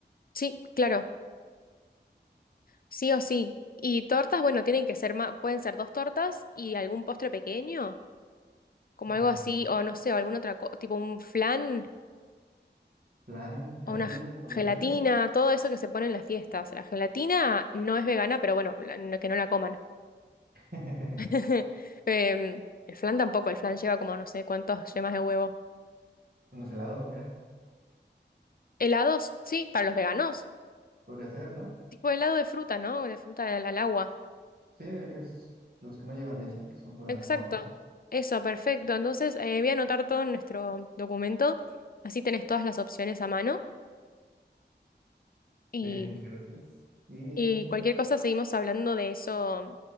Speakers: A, on the left; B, on the right.
A: sí, claro, sí o sí. Y tortas, bueno, tienen que ser más, pueden ser dos tortas y algún postre pequeño, como
B: Mm,
A: algo así, o no sé, o alguna otra cosa, tipo un flan
B: Plan, gelatina,
A: o una g-
B: podría
A: gelatina,
B: ser.
A: todo eso que se pone en las fiestas. La gelatina no es vegana, pero bueno, la- no- que no la coman.
B: <laughs>
A: <laughs> Em, el flan tampoco, el flan lleva como no sé cuántos yemas de huevo.
B: Unos helados, mira.
A: Helados, sí, para los veganos.
B: Podría ser, ¿no?
A: Tipo helado de fruta, ¿no? De fruta al, al agua.
B: Sí, de que es los que no llevan leche, que son pura
A: Exacto.
B: agua.
A: Eso, perfecto. Entonces, eh, voy a anotar todo en nuestro documento. Así tenés todas las opciones a mano. Y,
B: Sí, muchas gracias. Y
A: y cualquier cosa seguimos hablando de eso